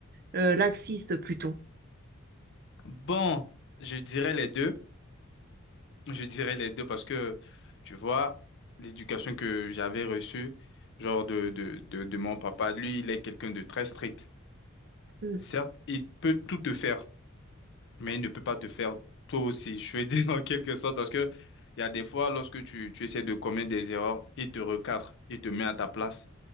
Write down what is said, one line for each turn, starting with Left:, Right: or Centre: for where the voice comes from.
Right: euh, laxiste plutôt.
Left: Bon, je dirais les deux. Je dirais les deux parce que, tu vois, l'éducation que j'avais reçue, genre de, de, de, de mon papa, lui, il est quelqu'un de très strict.
Right: Mm,
Left: Certes, il peut tout te faire, mais il ne peut pas te faire toi aussi. <laughs> Je veux dire <laughs> en quelque sorte parce que il y a des fois, lorsque tu, tu essaies de commettre des erreurs, il te recadre, il te met à ta place,